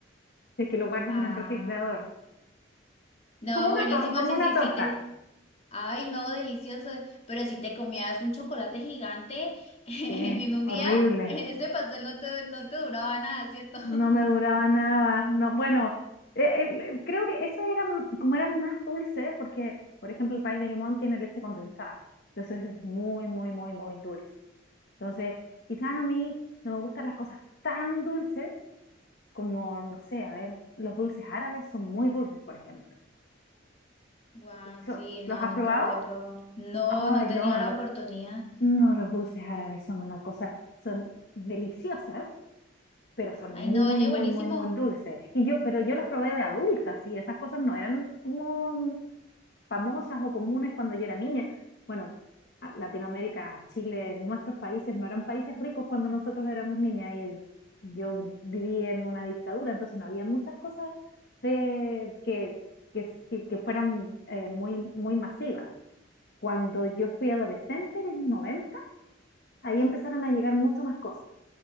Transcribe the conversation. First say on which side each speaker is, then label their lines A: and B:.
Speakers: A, on the left; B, on the left.
A: si es que lo guardas
B: Ah.
A: en el refrigerador.
B: No,
A: Es Como una,
B: buenísimo,
A: to- como
B: sí,
A: una
B: sí,
A: torta.
B: sí te. Ay, no, delicioso. Pero si te comías un chocolate gigante <laughs> en
A: Sí,
B: un
A: horrible.
B: día, ese pastel no te, no te duraba nada, ¿cierto? <laughs>
A: No me duraba nada. No, bueno, eh, eh, eh, creo que eso era m- como eran más dulces, porque, por ejemplo, el pay de limón tiene leche condensada. Entonces es muy, muy, muy, muy dulce. Entonces, quizás a mí no me gustan las cosas tan dulces como, no sé, a ver, los dulces árabes son muy dulces, por ejemplo.
B: Guau,
A: ¿Y eso,
B: sí, no,
A: los has
B: nunca
A: probado?
B: los he probado. No,
A: Ay,
B: no he tenido
A: no,
B: la
A: lo-
B: oportunidad.
A: no, los dulces árabes son una cosa, son deliciosas, pero son
B: Ay,
A: muy,
B: no, oye,
A: muy,
B: buenísimo.
A: muy, muy dulces. Y yo, pero yo las probé de adultas y esas cosas no eran como famosas o comunes cuando yo era niña. Bueno, a- Latinoamérica, Chile, nuestros países no eran países ricos cuando nosotros éramos niñas y yo viví en una dictadura, entonces no había muchas cosas de que, que, que- que fueran eh, muy, muy masivas. Cuando yo fui adolescente, en los 90 ahí empezaron a llegar mucho más cosas